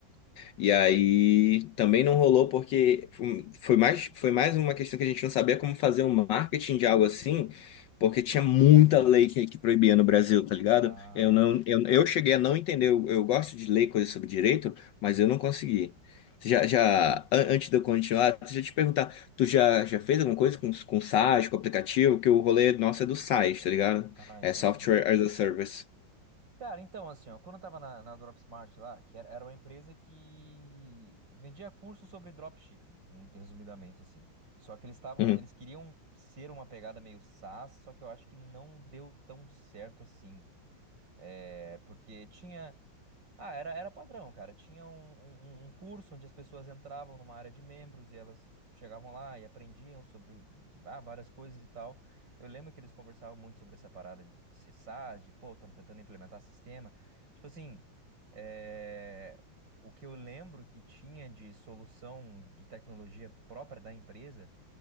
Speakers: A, on the left; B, on the right.
A: E aí também não rolou porque foi foi mais, foi mais uma questão que a gente não sabia como fazer um marketing de algo assim, porque tinha muita lei que, que proibia no Brasil, tá ligado?
B: Ah,
A: Eu não, eu, eu cheguei a não entender, eu, eu gosto de ler coisas sobre direito, mas eu não consegui. Já, já, an- antes de eu continuar, deixa eu te perguntar, tu já, já fez alguma coisa com, com SaaS, com aplicativo? Que o rolê nosso é do SaaS, tá ligado?
B: ah, entendi.
A: É Software as a Service.
B: Cara, então, assim, ó, quando eu tava na, na Dropsmart lá, que era, era uma empresa que vendia cursos sobre dropshipping, muito resumidamente, assim. Só que eles estavam,
A: Uhum.
B: eles queriam ser uma pegada meio SaaS, só que eu acho que não deu tão certo assim. É, porque tinha. Ah, era, era padrão, cara. Tinha um, um, um um curso onde as pessoas entravam numa área de membros e elas chegavam lá e aprendiam sobre ah, várias coisas e tal. Eu lembro que eles conversavam muito sobre essa parada de ser SaaS, de pô, estamos tentando implementar sistema. Tipo assim, eh, o que eu lembro que tinha de solução de tecnologia própria da empresa